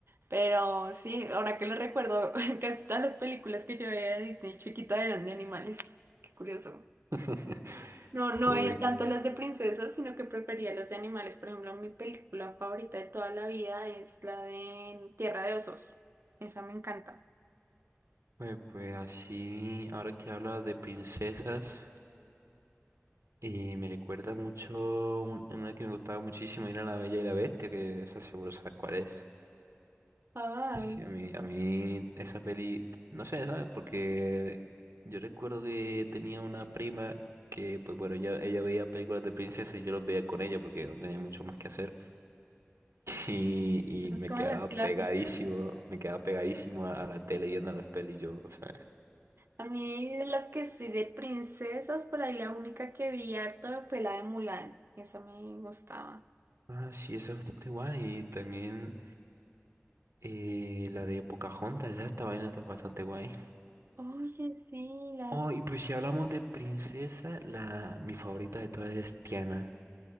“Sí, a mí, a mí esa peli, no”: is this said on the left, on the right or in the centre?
Right